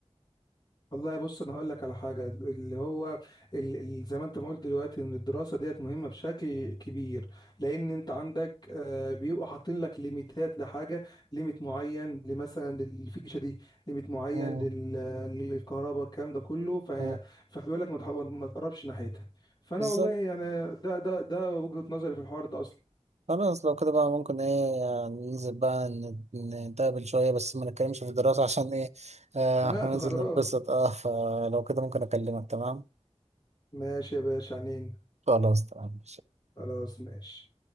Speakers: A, on the left (about 40°); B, on the right (about 75°).
A: والله بص انا هقول لك على حاجه اللي هو ال- ال- زي ما انت ما قلت دلوقتي ان الدراسه ديت مهمه بشكل كبير لان انت عندك آه، بيبقوا حاطين لك ليميتات لحاجه ليميت معين لمثلا للفيشه دي ليميت معين
B: مم.
A: لل- للكهرباء الكلام ده كله ف
B: مم.
A: فبيقول لك ما تح- ما تقربش ناحيتها فانا
B: بالظبط
A: والله يعني ده ده ده وجهه نظري في الحوار ده اصلا
B: خلاص لو كده بقى ممكن ايه يعني ننزل بقى ن- نتقابل شوية بس ما نتكلمش في الدراسة <laughs> عشان ايه آه،
A: خنقت
B: هننزل
A: خلاص
B: نتبسط
A: <laughs>
B: اه فلو كده ممكن أكلمك تمام
A: ماشي يا باشا عنين
B: خلاص تمام
A: خلاص ماشي